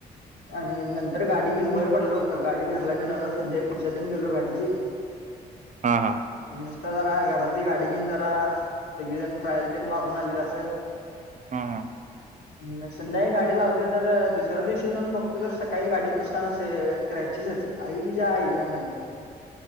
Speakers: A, on the left (about 80°); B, on the right (about 45°).
A: आणि नंतर गाडी घेऊन बाहेर पडलो गाडी घरला घेऊन आलो संध्याळी पूजा तेन गेलो गाडीची <inaudible>
B: हा हा.
A: नुसता जरा घरातली गाडी घेऊन जरा सगळीजण ट्रायल ते मारून आलीत अस.
B: हा हा
A: अन संध्याकाळी गाडी लावते तर दुसऱ्या दिवशी जाऊन बघ. तू जर सकाळी गाडी पोसताना क्रॅचेसच आहेत अरे हेच्या आईला म्हटलं.